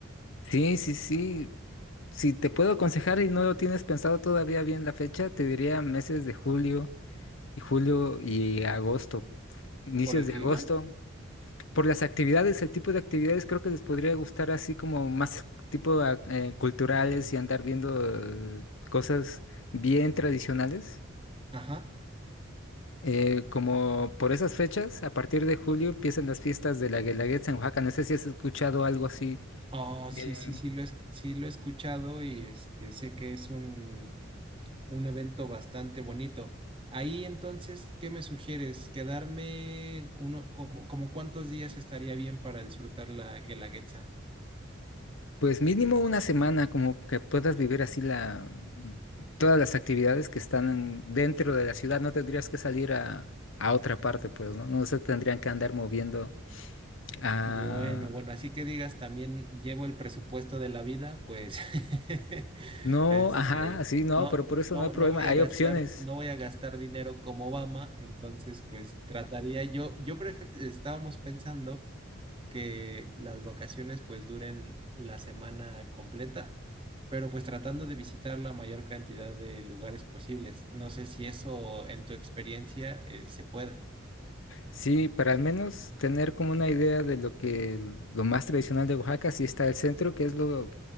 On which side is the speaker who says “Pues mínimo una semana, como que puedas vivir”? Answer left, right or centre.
Left